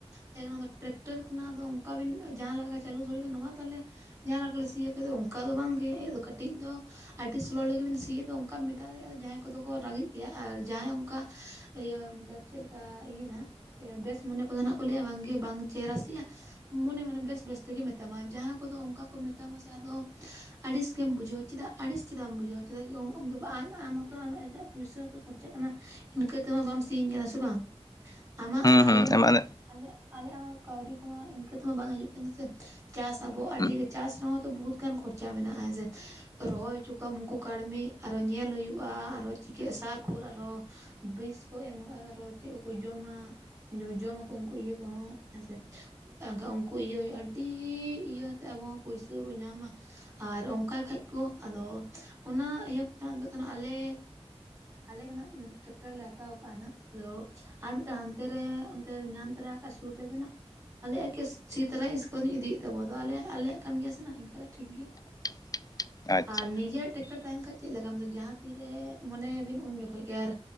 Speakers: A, on the right; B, on the left.
A: ᱡᱮ ᱚᱱᱟ ᱫᱚ ᱴᱨᱟᱠᱴᱟᱨ ᱨᱮᱱᱟᱜ ᱫᱚ ᱚᱱᱠᱟ ᱵᱤᱱ ᱡᱟᱦᱟᱸ ᱞᱮᱠᱟ ᱪᱟᱹᱞᱩ ᱫᱟᱲᱮ ᱵᱱᱟ ᱢᱟ ᱛᱟᱦᱚᱞᱮ᱾ ᱡᱟᱦᱟᱸ ᱞᱮᱠᱟᱞᱮ ᱥᱤᱭᱟᱯ ᱫᱚ ᱚᱱᱠᱟ ᱫᱚ ᱵᱟᱝᱜᱮ ᱟᱫᱚ ᱠᱟᱹᱴᱤᱡ ᱫᱚ ᱟᱹᱰᱤ ᱥᱚᱞᱚ ᱞᱟᱹᱜᱤᱫ ᱵᱤᱱ ᱥᱤᱭᱟ ᱫᱚ ᱚᱱᱠᱟ ᱢᱮᱛᱟ ᱫᱮᱼᱟ ᱡᱟᱦᱟᱸᱭ ᱠᱚᱫᱚ ᱠᱚ ᱨᱸᱜᱤᱮᱡ ᱜᱮᱭᱟ ᱟᱨ ᱡᱟᱦᱟᱸᱭ ᱚᱱᱠᱟ᱾ ᱤᱭᱟᱹ ᱢᱚᱛᱞᱚᱵ ᱪᱮᱫᱮᱠᱟ ᱤᱭᱟᱹ ᱱᱟᱜ ᱵᱮᱥ ᱢᱚᱱᱮ ᱠᱚᱫᱚ ᱱᱟᱜ ᱠᱚ ᱞᱟᱹᱭᱮᱜᱼᱟ ᱵᱟᱝᱜᱮ ᱵᱟᱝ ᱪᱮ ᱨᱟᱥᱤᱜᱼᱟ᱾ ᱢᱚᱱᱮ ᱢᱚᱱᱮ ᱵᱮᱥ ᱵᱮᱥ ᱛᱮᱜᱮ ᱢᱮᱛᱟᱢᱟ, ᱡᱟᱦᱟᱸ ᱠᱚᱫᱚ ᱚᱱᱠᱟ ᱠᱚ ᱢᱮᱛᱟᱢᱟ ᱥᱮ ᱟᱫᱚ ᱟᱹᱲᱤᱥ ᱜᱮᱢ ᱵᱩᱡᱷᱟᱹᱣᱚ᱾ ᱪᱮᱫᱟᱜ ᱟᱹᱲᱤᱥ ᱪᱮᱫᱟᱜ ᱮᱢ ᱵᱩᱡᱷᱟᱹᱣᱟ, ᱪᱮᱫᱟᱜ ᱟᱢ ᱦᱚᱛᱚ ᱟᱢ ᱟᱡᱟᱜ ᱯᱩᱭᱥᱟᱹᱛᱚ ᱠᱷᱚᱨᱪᱟᱜ ᱠᱟᱱᱟ᱾ ᱤᱱᱠᱟᱹ ᱛᱮᱢᱟ ᱵᱟᱢ ᱥᱤᱧᱧ ᱠᱟᱱᱟ ᱥᱮ ᱵᱟᱝ᱾ ᱟᱢᱟᱜ
B: ᱦᱩᱸ
A: ᱟᱞᱮᱭᱟᱜ
B: ᱦᱩᱸ ᱮᱢᱟᱱ
A: ᱟᱞᱮ ᱟᱞᱮᱭᱟᱜ ᱦᱚᱸ ᱠᱟᱹᱣᱰᱤ ᱠᱚᱢᱟ ᱤᱱᱠᱟᱹ ᱛᱮᱢᱟ ᱵᱟᱝ ᱦᱤᱡᱩᱜᱼᱟ᱾ ᱪᱮᱫ ᱥᱮ ᱪᱟᱥ ᱟᱵᱚ ᱟᱹᱰᱤᱜ
B: ᱦᱩᱸ
A: ᱪᱟᱥ ᱨᱮᱦᱚᱸ ᱛᱚ ᱵᱚᱦᱩᱛ ᱜᱟᱱ ᱠᱷᱚᱨᱪᱟ ᱢᱮᱱᱟᱜᱼᱟ ᱦᱮᱸᱥᱮ᱾ ᱨᱚᱦᱚᱭ ᱦᱚᱪᱚ ᱠᱚᱣᱟ ᱩᱱᱠᱩ ᱠᱟᱹᱲᱢᱤ ᱟᱨᱚ ᱧᱮᱞ ᱦᱩᱭᱩᱜᱼᱟ ᱟᱨᱚ ᱪᱤᱠᱟᱹᱜᱼᱟ ᱥᱟᱨ ᱠᱷᱳᱞ ᱟᱨᱚᱸ ᱵᱤᱥ ᱠᱚ ᱮᱢᱚᱜᱼᱟ ᱟᱨᱚ ᱪᱮᱫ ᱠᱚᱠᱚ ᱡᱚᱢᱟ᱾ ᱡᱚ ᱢᱟᱠᱚ ᱩᱱᱠᱩ ᱤᱭᱟᱹ ᱠᱚᱦᱚᱸ ᱦᱮᱸᱥᱮ᱾ ᱮᱱᱠᱷᱟ ᱩᱱᱠᱩ ᱤᱭᱟᱹ ᱦᱩᱭᱩᱜᱼᱟ ᱟᱹᱰᱤ ᱤᱭᱟᱹᱛᱮ ᱟᱵᱚ ᱦᱚᱸ ᱯᱩᱭᱥᱟᱹ ᱵᱚᱱ ᱧᱟᱢᱟ᱾ ᱟᱨ ᱚᱱᱠᱟᱭ ᱠᱷᱟᱡ ᱠᱚ, ᱟᱫᱚ ᱚᱱᱟ ᱤᱭᱟᱹ ᱛᱮᱫᱚ ᱠᱟᱱᱟ ᱟᱞᱮ ᱟᱞᱮ ᱦᱟᱜ ᱴᱨᱟᱠᱴᱟᱨ ᱞᱮ ᱦᱟᱛᱟᱣ ᱟᱠᱟᱫᱼᱟᱜ ᱱᱟᱜ ᱟᱫᱚ ᱟᱨ ᱢᱤᱫᱴᱟᱱ ᱦᱟᱱᱛᱮ ᱨᱮ ᱚᱱᱛᱮ ᱧᱟᱢ ᱛᱚᱨᱟ ᱠᱷᱟᱡ ᱥᱩᱨ ᱨᱮᱜᱮ ᱱᱟᱜ ᱟᱞᱮᱭᱟᱜ ᱠᱷᱮᱛ ᱥᱤ ᱛᱟᱨᱟᱭᱟ ᱤᱥᱠᱩᱞᱤᱧ ᱤᱫᱤᱭᱮᱫ ᱛᱟᱵᱚ ᱟᱫᱚ ᱟᱞᱮ ᱟᱞᱮᱭᱟᱜ ᱠᱟᱱ ᱜᱮᱭᱟ ᱥᱮ ᱤᱱᱠᱟᱹ ᱫᱚ᱾ ᱴᱷᱤᱠ ᱜᱮᱭᱟ
B: <unintelligible> ᱟᱪᱪᱷᱟ
A: ᱟᱨ ᱱᱤᱡᱮᱨ ᱴᱮᱠᱴᱟᱨ ᱛᱟᱦᱮᱱ ᱠᱷᱟᱱᱡ ᱪᱮᱫ ᱞᱟᱜ ᱡᱟᱦᱟᱸ ᱛᱤᱨᱮ ᱢᱚᱱᱮ ᱭᱟᱵᱤᱱ ᱩᱱ ᱡᱚᱠᱷᱚᱱ ᱜᱮ, ᱟᱨ